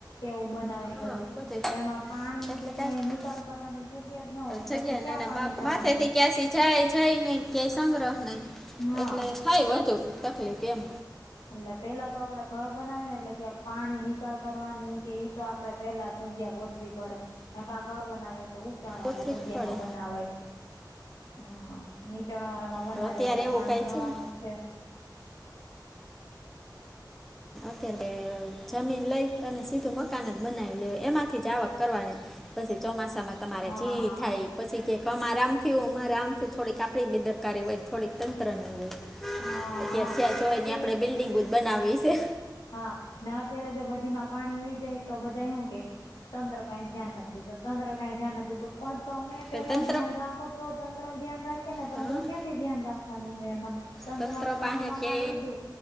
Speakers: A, on the left; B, in the centre.
A: એવું બનાવી
B: હા
A: ગલું
B: બધે
A: તો એમાં પાણીની
B: એટલે
A: તો ક્યાંય
B: કાંઈ
A: નિકાલ કરવાની જગ્યા ના હોય
B: જગ્યા
A: પછી ક્યાં
B: ન
A: પાણી
B: મા
A: જવાનું
B: માથે
A: છે
B: થી ક્યાંસી જાય જાય નહી ક્યાંય સંગ્રહ નહી
A: હા
B: એટલે થાય વધુ તકલીફ એમ
A: એટલે પેલા તો આપડે ઘર બનાવી્યુંને એટલે કે પાણી નિકાલ કરવાની કે તો આપડે પેલા જગ્યા બો વી પડે ને ક ઘર બનાવી તો ચાણ વાળા
B: ઉતરી
A: જગ્યામાં
B: જ પડે
A: બનાવાય હમ્મ નીચાણ વાળા માં બનાવી
B: પણ અત્યારે
A: એટલે
B: એવું
A: પાણી
B: કાંઈ
A: જવાનું
B: ને
A: જ છે.
B: અત્યારે જમીન લઈ અને સીધું મકાન જ બનાવી લે એમાંથી જ આવક કરવાની પછી ચોમાસામાં તમારે
A: હા
B: જે થાય પછી કક અમારે આમ થયું અમારે આમ થય થોડીક આપડી બેદરકારી હોય થોડીક તંત્ર ની હોય.
A: હા
B: અત્યારે ત્યાં જોય
A: પછી
B: ને આપડણે બિલ્ડિંગ બુ જ બનાવવી છે.
A: હા ના અત્યારે જો બધીમાં પાણી હોય, જાય તો બધા શું કે તંત્ર કઈ ધ્યા નથી દેતો ત્ર ક ધ્યાના દેુ પણ તમે
B: તો
A: પેલા
B: તંત્ર
A: ધ્યાન રાખો તો તંત્ર ન ધ્યાન રાખે ને તંત્ર
B: હં,
A: ક્યા ધ્યાન રાખવાનું હ એમાં તત્ર
B: તંત્ર
A: હવે તમે
B: પાસે
A: મકાન
B: કે
A: લીધું